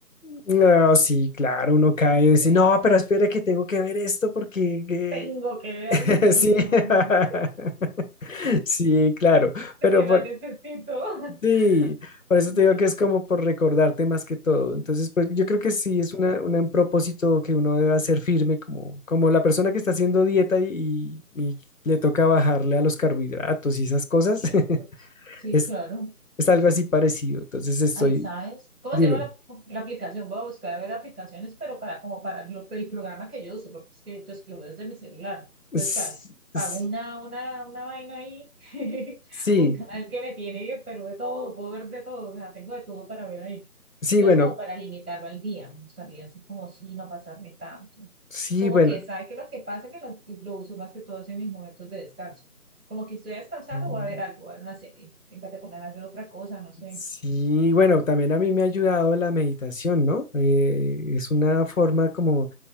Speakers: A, on the left; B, on the right.
A: No, sí, claro, uno cae y dice,
B: Sí.
A: no, pero espera que tengo que ver esto porque que-".
B: Tengo que ver
A: <laughs>
B: y no,
A: sí,
B: Dios
A: <laughs>
B: mío,
A: sí, claro,
B: porque
A: pero
B: la
A: por,
B: necesito. <laughs>
A: sí, por eso
B: Y me
A: te digo
B: quedé-
A: que es como por recordarte más que todo. Entonces, pues yo creo que sí es una, una- un propósito que uno debe hacer firme, como, como la persona que está haciendo dieta y, y le toca bajarle a los carbohidratos y esas cosas,
B: y
A: <laughs>
B: a todos. Sí,
A: es,
B: claro.
A: es algo así parecido. Entonces, estoy,
B: Ahí sabes. ¿Cómo
A: dime,
B: se llama la, la aplicación? Voy a buscar a ver aplicaciones, pero para como para lo- el programa que yo uso, porque es que entonces, lo veo desde mi celular. Entonces,
A: s-
B: claro, pago
A: s-
B: una, una, una vaina ahí, <laughs>
A: sí,
B: un canal que me tiene, pero de todo, puedo ver de todo, o sea, tengo de todo para ver ahí.
A: sí,
B: Entonces,
A: bueno.
B: como para limitarlo al día, me gustaría así como sí, no pasarme tanto.
A: Sí,
B: Como
A: bueno,
B: que sabe que lo que pasa es que lo, lo uso más que todo en mis momentos de descanso. Como que estoy descansando,
A: Mm,
B: voy a ver algo, voy a ver una serie, fíjate con ganas de hacer otra cosa, no sé.
A: Sí, bueno, también a mí me ha ayudado la meditación, ¿no? Eh, es una forma como,